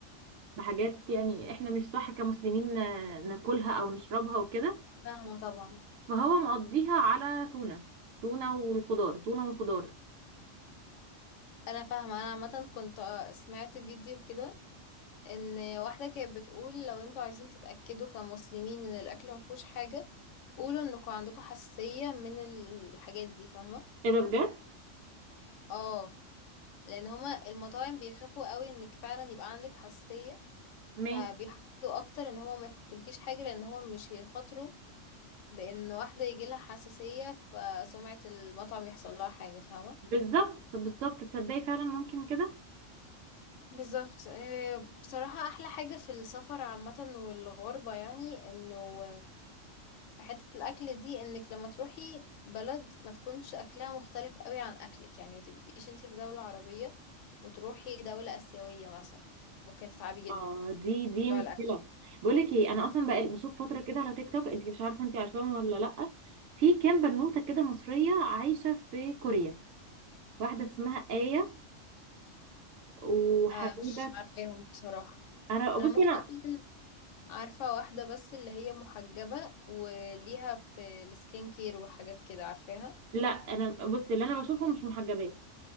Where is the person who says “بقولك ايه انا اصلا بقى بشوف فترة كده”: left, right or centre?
Right